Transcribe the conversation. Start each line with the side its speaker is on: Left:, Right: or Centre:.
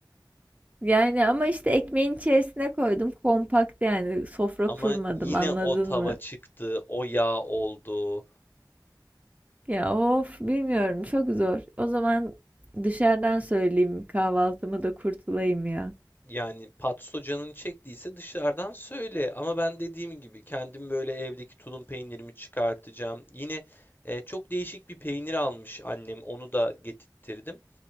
Right: yani ama işte ekmeğin içerisine koydum. Kompakt yani sofra
Left: Ama
Right: kurmadım
Left: yine
Right: anladın
Left: o tava
Right: mı?
Left: çıktı, o yağ oldu.
Right: Ya of bilmiyorum çok zor. O zaman dışarıdan söyleyeyim kahvaltımı da kurtulayım ya.
Left: Yani patso canını çektiyse dışarıdan söyle. Ama ben dediğim gibi kendim böyle evdeki tulum peynirimi çıkartacağım. Yine e, çok değişik bir peynir almış annem. Onu da getirttirdim.